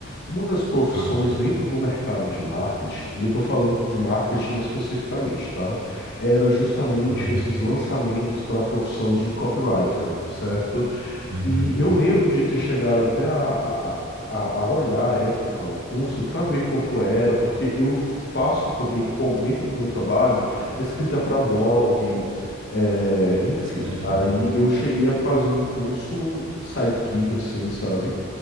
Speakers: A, on the left; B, on the right.
A: uma das profissões
B: Ah,
A: dentro do mercado de marketing, e eu estou falando de marketing especificamente, tá? Era justamente
B: aham.
A: esses lançamentos para a profissão de copywriter, certo?
B: Uhum.
A: E eu lembro de ter chegado até a, a, a, a olhar à época o curso para ver quanto era, porque eu faço também, como dentro do meu trabalho, escrita para blog, é, enfim.
B: Sei.
A: Aí eu cheguei a fazer um curso side gig, assim, sabe?